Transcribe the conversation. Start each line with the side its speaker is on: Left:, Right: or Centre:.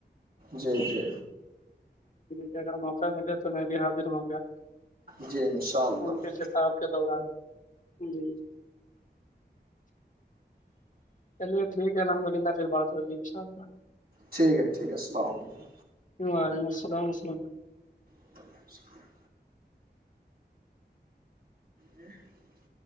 Right: جی جی
Left: ج اگر موقع ملے تو میں بھی حاضر ہوں گا
Right: جی انشاء اللہ
Left: ان کی کتاب کے دوران جی چلیے ٹھیک ہے الحمد للہ پھر بات ہو جی ان شاء اللہ
Right: ٹھیک ہے ٹھیک ہے السلام علیکم
Left: وعلیکم السلامسلام ع
Right: وعلیکم السلام ج